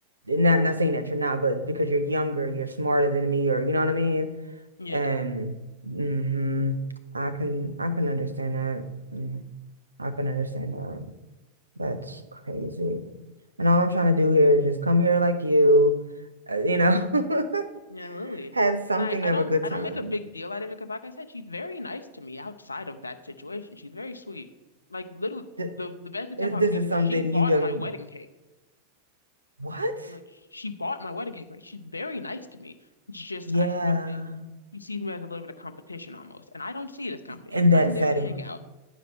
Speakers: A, on the right (about 80°); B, on the left (about 75°).
A: Not not saying that you're not, but because you're younger, you're smarter than me, or you know what I mean?
B: Yeah.
A: And hmm I can I can understand that. Mm, I can understand that. That's crazy. And all I'm trying to do here is just come here like you, uh, you know, <laughs>
B: Yeah, Lily.
A: have something
B: And I, I
A: of
B: don't
A: a good
B: I
A: time.
B: don't make a big deal out of it because like I said, she's very nice to me outside of that situation. She's very sweet. Like little
A: Th-
B: the the best example
A: it- This
B: of sweet
A: is
B: is
A: something
B: she bought
A: you done
B: my wedding cake.
A: what?
B: Like she bought my wedding cake. Like she's very nice to me. It's just
A: Yeah.
B: I feel he sees me as a little bit of competition almost. And I don't see it as competition.
A: In that
B: I'm
A: setting.
B: there to hang out.